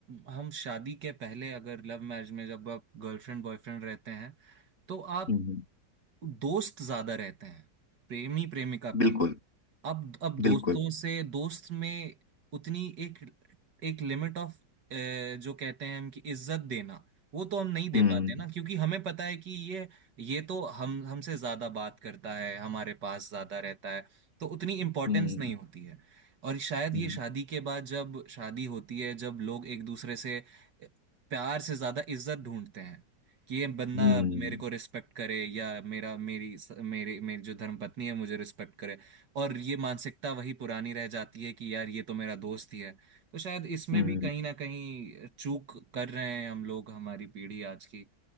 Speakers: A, on the right; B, on the left.
A: आ, हम शादी के पहले अगर लव मैरिज में जब आप गर्लफ्रेंड बॉयफ्रेंड रहते हैं तो आप
B: हम्म,
A: दोस्त ज्यादा रहते हैं प्रेमी प्रेमिका
B: बिल्कुल
A: कम अब अब दोस्तों
B: बिल्कुल
A: से दोस्त में उतनी एक एक लिमिट ऑफ जो कहते हैं हम कि इज्जत देना वो तो हम नहीं दे
B: हम्म
A: पाते ना क्योंकि हमें पता है कि ये ये तो हम हमसे ज्यादा बात करता है हमारे पास ज्यादा रहता है तो उतनी इम्पोर्टेंस
B: हम्म
A: नहीं होती है और शायद
B: हम्म
A: ये शादी के बाद जब शादी होती है जब लोग एक दूसरे से अ, प्यार से ज्यादा इज्जत ढूंढते हैं कि ये बंदा
B: हम्म
A: मेरे को रिस्पेक्ट करे या मेरा मेरी मेरी मेरी जो धर्मपत्नी है मुझे रिस्पेक्ट करे और ये मानसिकता वही पुरानी रह जाती है कि यार ये तो मेरा दोस्त ही है तो शायद इसमें
B: हम्म,
A: भी कहीं ना कहीं चूक कर रहे हैं हम लोग हमारी पीढ़ी आज की